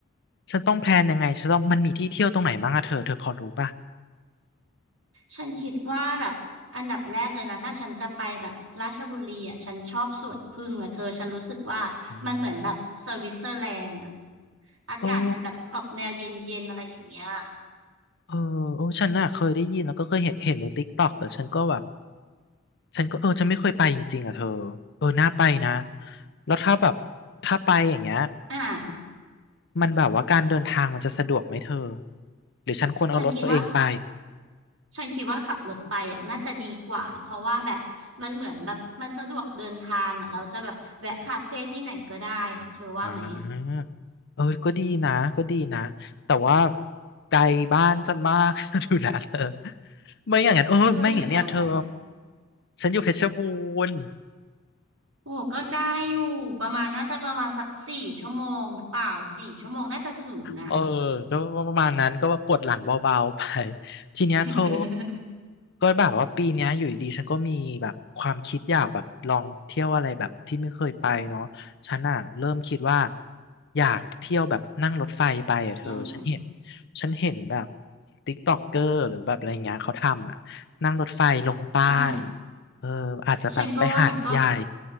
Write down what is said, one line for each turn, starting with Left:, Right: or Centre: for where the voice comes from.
Left: ฉันต้องแพลนยังไงฉันต้องมันมีที่เที่ยวตรงไหนบ้างอะเธอเธอพอรู้ป่ะ
Right: ฉันคิดว่าแบบอันดับแรกเลยนะถ้าฉันจะไปแบบราชบุรีอ่ะฉันชอบสวนผึ้งอ่ะเธอฉันรู้สึกว่ามันเหมือนแบบสวิตเซอร์แลนด์อ่ะ
Left: อืม
Right: อากาศมันแบบออกแนวเย็นๆอะไรอย่างเงี้ย
Left: โอ้เออโอ้ฉันน่ะเคยได้ยินแล้วก็เคยเห็นเห็นในติ๊กต็อกแต่ฉันก็แบบฉันก็เออฉันไม่เคยไปจริงๆอ่ะเธอเออน่าไปนะแล้วถ้าแบบถ้าไปอย่างเงี้ย
Right: อ่า
Left: มันแบบว่าการเดินทางมันจะสะดวกไหมเธอหรือฉันควรเอารถตัวเองไป
Right: ฉันคิดว่า ฉันคิดว่าขับรถไปอ่ะน่าจะดีกว่าเพราะว่าแบบมันเหมือนแบบมันสะดวกเดินทางอ่ะเราจะแบบแวะคาเฟ่ที่ไหนก็ได้อ่ะเธอว่าไหม
Left: อ่าเออก็ดีนะก็ดีนะ แต่ว่าไกลบ้านฉันมาก <laughs> ดูนะเธอไม่อย่างนั้นเออไม่อย่างนั้นเนี่ยเธอ
Right: เธออยู่แถวไหน
Left: ฉันอยู่เพชรบูรณ์
Right: โอ้ก็ได้อยู่ประมาณน่าจะประมาณสักสี่ชั่วโมงหรือเปล่าสี่ชั่วโมงน่าจะถึงนะ
Left: เออก็ประมาณนั้นก็ว่าปวดหลังเบาๆไปทีเนี้ยเธอ
Right: <laughs>
Left: ก็แบบว่าปีเนี้ยอยู่ดีๆฉันก็มีแบบความคิดอยากแบบลองเที่ยวอะไรแบบที่ไม่เคยไปเนาะฉันอ่ะเริ่มคิดว่าอยากเที่ยวแบบนั่งรถไฟไปอ่ะเธอฉันเห็น
Right: เที่ยวไหน
Left: ฉันเห็นแบบติ๊กต็อกเกอร์หรือแบบอะไรเงี้ยเขาทำอ่ะนั่งรถไฟลงใต้
Right: อ่า
Left: เอออาจจะแบบไปหาดใหญ่
Right: ฉันก็ว่ามันก็